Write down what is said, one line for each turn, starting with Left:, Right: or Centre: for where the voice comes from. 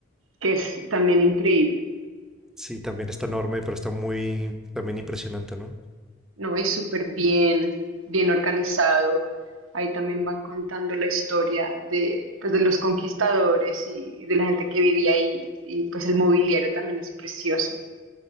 Right: que es también increíble.
Centre: Sí, también está enorme, pero está muy también impresionante, ¿no?
Right: No, y súper bien, bien organizado. Ahí también van contando la historia de, pues, de los conquistadores y de la gente que vivía ahí. Y pues el mobiliario también es precioso.